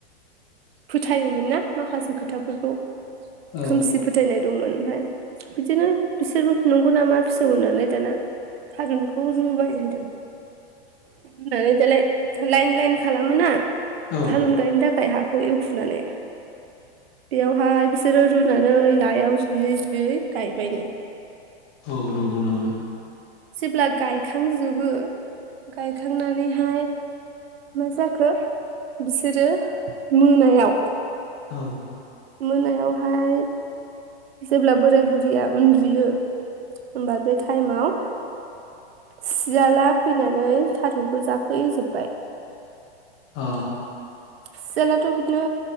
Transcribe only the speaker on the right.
फोथायोमोन ना माखासे खोथाफोरखौ
खोमसि फोथायनाय दंमोन ओमफाय बिदिनो बिसोरबो नंगौ नामा फिसौ होननानै दाना थारुनखौ रुबाय जाहैदों रुनानै दालाय लाइन लाइन खालाम <unintelligible> थालुन
गायनो थाखाय हा बेखौ एवखुनानै बेयावहाय बिसोरो रुनानै लायाव जुयै जुयै गायबायनो
जेब्ला गायखांजोबो गायखांनानैहाय मा जाखो बिसोरो मोनायाव
मोनायावहाय जेब्ला बोराय बुरैया उन्दुयो होमबा बे टाइमाव सियाला फैनानै थारुनखौ जाफैजोबबाय
सियालाथ बिदिनो